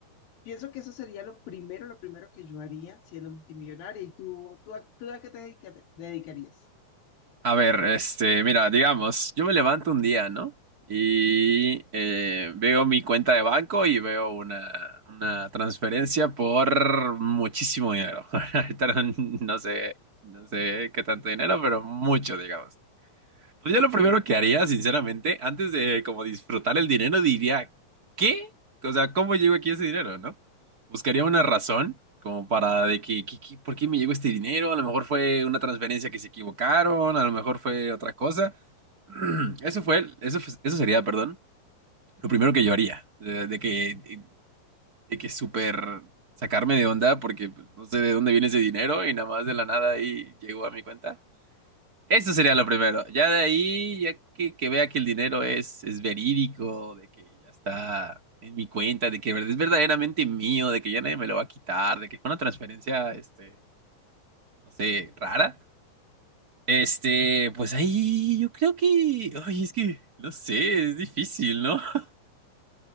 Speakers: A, on the left; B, on the right.
A: pienso que eso sería lo primero, lo primero que yo haría siendo multimillonaria. ¿Y tú, tú, a, tú a qué te dedica- dedicarías?
B: a ver, este, mira, digamos, yo me levanto un día, ¿no? Y eh, veo mi cuenta de banco y veo una, una transferencia por muchísimo dinero. <laughs> Ahorita No no sé, no sé qué tanto dinero, pero mucho, digamos. Pues
A: Ujú,
B: yo lo primero que haría, sinceramente, antes de como disfrutar el dinero, diría, ¿qué? O sea, ¿cómo llegó aquí ese dinero, no? Buscaría una
A: Sí.
B: razón como para de que, que- que- ¿por qué me llegó este dinero? A lo mejor fue una transferencia que se equivocaron, a lo mejor fue otra cosa. <clears throat> Eso fue, eso, fue- eso sería, perdón, lo primero que yo haría, de, de que, de que súper sacarme de onda porque pues, no sé de dónde viene ese dinero y nada más de la nada ahí llegó a mi cuenta. Eso sería lo primero. Ya de ahí, ya que, que vea que el dinero es, es verídico, de que ya está en mi cuenta, de que verd- es verdaderamente mío, de que ya nadie me lo va a quitar, de que fue una transferencia, este, no sé, rara. Este, pues ahí yo creo que, ay, es que, no sé, es difícil, ¿no? <laughs>